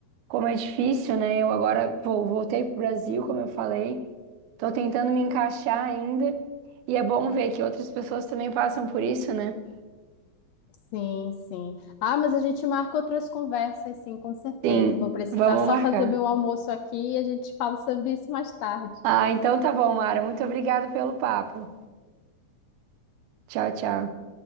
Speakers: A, on the right; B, on the left.
A: como é difícil, né? Eu agora vol- voltei para o Brasil, como eu falei, estou tentando me encaixar ainda. E é bom ver que outras pessoas também passam por isso, né?
B: Sim, sim. Ah, mas a gente marca outras conversas, sim, com certeza.
A: Sim,
B: Vou precisar
A: vamos
B: só
A: marcar.
B: fazer meu almoço aqui e a gente fala sobre isso mais tarde.
A: Ah, então tá bom, Mara. Muito obrigada pelo papo. Tchau, tchau.